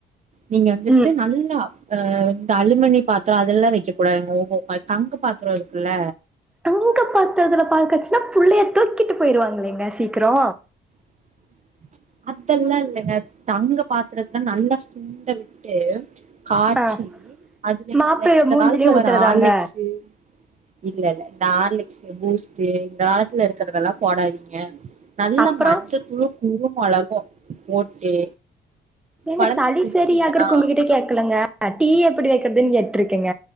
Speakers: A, on the right; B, in the centre.
A: நீங்க
B: ம்
A: இது நல்லா அஹ் இந்த அலுமிணி பாத்திரோ அதெல்லா வைக்க கூடாது <unintelligible> தங்க பாத்திரோ இருக்குல
B: தங்க பாத்தரதுல பால்காச்சுனா புள்ளைய தூக்கிட்டு போயிருவாங்கலைங்க சீக்ரோ
A: <inaudible> அதெல்லா இல்லைங்க தங்க பாத்திரத்த நல்ல சுண்ட விட்டு காட்சி
B: ஆ
A: அது
B: மாப்பிள
A: இந்த
B: மூஞ்சிலே
A: காலத்துல
B: ஊத்துறதாங்க
A: வர ஆர்லிக்ஸு இல்ல இல்ல இந்த ஆர்லிக்ஸு பூஸ்ட் இந்த காலத்துல இருக்கிறதெல்லா போடாதீங்க நல்ல
B: அப்புறம்
A: மஞ்சத்தூளு குருமிளகு போட்டு
B: ஏங்க
A: கொழந்தைக்
B: சளி
A: குடுத்தீங்கன்னா
B: சரியாகுறக்கு உங்ககிட்ட கேக்கலங்க டீ எப்டி வெக்கிறதுன்னு கேட்ருக்கேங்க